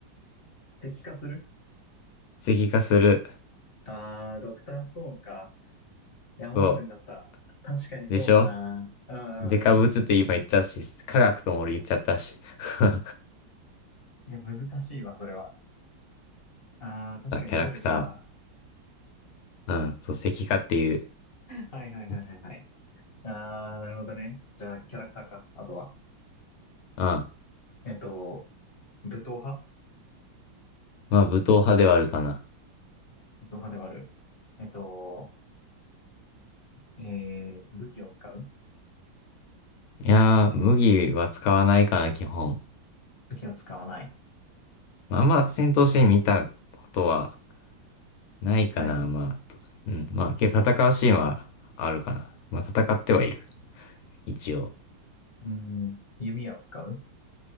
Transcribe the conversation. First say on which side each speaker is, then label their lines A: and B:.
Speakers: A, on the left (about 30°); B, on the left (about 90°).
A: 石化する
B: 石化する。
A: ああー、ドクターストーンか。いや、盲点だった。
B: そう。
A: 確かにそうだな。
B: でしょ
A: うんうんうん。
B: デカブツって今言っちゃったし、科学とも俺言っちゃったし。<laughs>
A: いや、難しいわ、それは。ああ確かに能力は。
B: あキャラクター。うん、そう、石化っていう。
A: はいはいはいはいはい。
B: うん。
A: ああなるほどね。じゃあ、キャラクターか。あとは。
B: ま
A: えっと、武闘派
B: あ、武闘派ではあるかな。
A: 武闘派ではある。えっと、えー、武器を使う
B: いやー、麦は使わないかな、基本。
A: 武器は使わない。
B: まああんま戦闘シーン見たことはないかな、
A: ない
B: まあ。うん、まあ、けど戦うシーンはあるかな。まあ、戦ってはいる。一応。
A: うん、弓矢を使うん